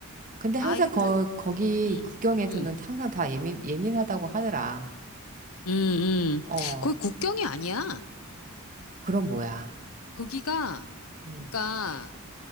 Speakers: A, on the right; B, on the left.
A: 근데 항상
B: 아, 이게
A: 거,
B: 더,
A: 거기
B: 음,
A: 국경에서는
B: 음,
A: 항상 다 예민, 예민하다고 하더라.
B: 음, 음.
A: 어.
B: 거의 국경이 아니야.
A: 그럼 뭐야?
B: 거기가,
A: 음.
B: 그러니까,